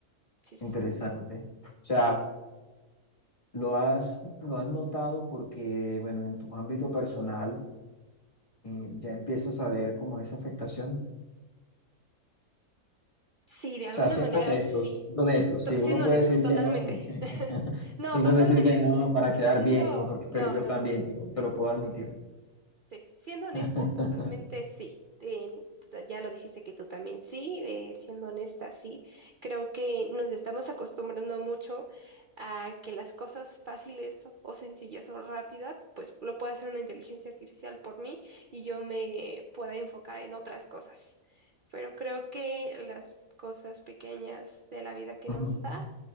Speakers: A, on the right; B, on the left.
A: Sí, sí,
B: interesante.
A: sí.
B: O sea, lo has, lo has notado porque, bueno, en tu ámbito personal eh, ya empiezas a ver como esa afectación.
A: Sí, de alguna
B: O sea, siendo
A: manera
B: honestos,
A: sí.
B: siendo honestos,
A: To-
B: sí, uno
A: siendo
B: puede
A: honestos,
B: decir
A: totalmente.
B: que no, porque
A: <laughs>
B: <laughs>
A: No,
B: y uno
A: totalmente.
B: puede decir que no para quedar
A: Siendo...
B: bien, ¿no? Porque, pero
A: No,
B: yo
A: no,
B: también
A: no.
B: te lo, te lo puedo admitir.
A: Sí, siendo honesta,
B: <laughs>
A: totalmente sí. En- ya lo dijiste que tú también sí, eh, siendo honesta, sí. Creo que nos estamos acostumbrando mucho a que las cosas fáciles o sencillas o rápidas, pues lo puede hacer una inteligencia artificial por mí y yo me pueda enfocar en otras cosas. Pero creo que las cosas pequeñas de la vida que
B: Ujú.
A: nos da,